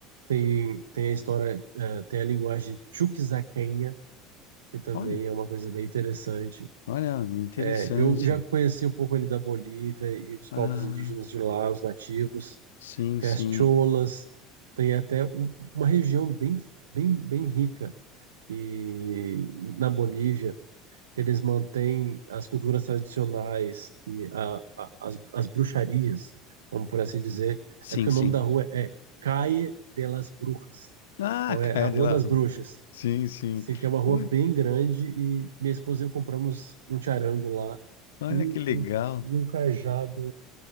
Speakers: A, on the right; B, on the left.
A: tem, tem a história, eh, tem a linguagem chuquisaquenha, que também
B: Olha,
A: é uma coisa bem interessante.
B: olha, interessante.
A: É, Eu já conheci um pouco ali da Bolívia e os
B: Ah,
A: povos indígenas de lá, os nativos.
B: sim,
A: Tem
B: sim,
A: as cholas, tem até um- uma região bem, bem, bem rica e na Bolívia que eles mantêm as culturas tradicionais e a- a- as, as bruxarias, vamos por assim dizer.
B: sim,
A: É porque
B: sim.
A: o nome da rua é Calle de las Brujas.
B: Ah,
A: Então é
B: <laughs> Caia
A: a Rua
B: de la
A: das
B: Rua.
A: Bruxas.
B: Sim, sim.
A: Sim, que é uma rua
B: Ui,
A: bem grande e minha esposa e eu compramos um charango lá
B: Olha
A: e,
B: que legal.
A: e, um cajado,